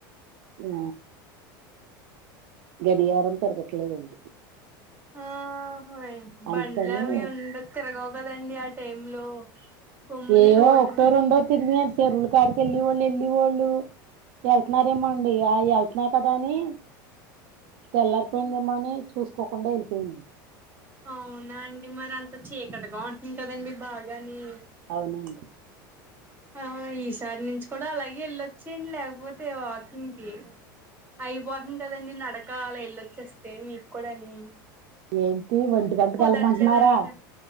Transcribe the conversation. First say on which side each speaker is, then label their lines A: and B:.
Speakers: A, on the right (about 65°); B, on the right (about 20°).
A: ఊ గడియారం తిరగట్లేదండి
B: ఆహ బండ్లు
A: అందుకని
B: అవి ఉండ తిరగవు కదండి ఆ టైమ్ లో గమ్ముని
A: ఏయ్యో
B: రోడ్డు
A: ఒకటో
B: మీద
A: రెండో తిరిగిన చెరువుల కాడికి వెళ్లి ఎళ్ళిఎళ్ళోళ్ళు వెళ్తున్నారేమోండి ఇగ వెళ్త్నా కదా అని తెల్లారిపోయిందేమో అని చూసుకోకుండా వెళ్ళిపోయానండి
B: అవునా అండి మరి అంత చీకటిగా ఉంటుంది కదండి బాగాని
A: అవునండి
B: ఆ ఈసారి నుంచి కూడా అలాగే వెళ్ళొచ్చేయండి లేకపోతే వాకింగ్కి అయిపోతుంది కదండి నడకలా వెళ్ళొచ్చేస్తే మీకు కూడాని
A: ఏంటి ఒంటికంటకి
B: కుదట్లేదు
A: వెళ్ళమంటున్నారా
B: అంటున్నారు